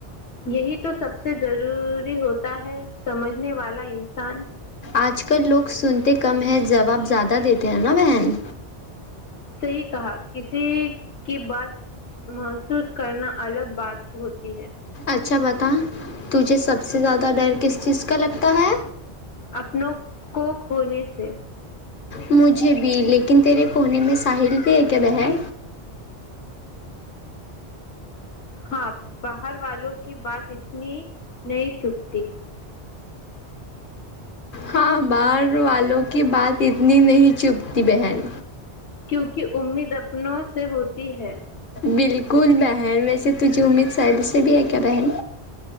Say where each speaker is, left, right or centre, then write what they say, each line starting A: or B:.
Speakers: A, on the left (about 70°); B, on the left (about 50°).
A: یہی تو سب سے ضروری ہوتا ہے سمجھنے والا انسان
B: آج کل لوگ سنتے کم ہیں جواب زیادہ دیتے ہیں نا بہن
A: صی کہا کسی کی بات محسوس کرنا الگ بات ہوتی ہے
B: اچھا بتاؤ تجھے سب سے زیادہ ڈر کس چیز کا لگتا ہے
A: اپنوں کو کھونے سے
B: مجھے بھی لیکن تیرے کونے میں ساحل بھی ہے کہب ہے
A: ہاں باہر والوں کی بات اتنی نہیں چھپتی
B: ہاں باہر والوں کی بات اتنی نہیں چپھتی بہن
A: کیونکہ امید اپن سے ہوتی ہے
B: بالکل بہن ویسے تجھے امید سائل سے بھی ہے کیا بہن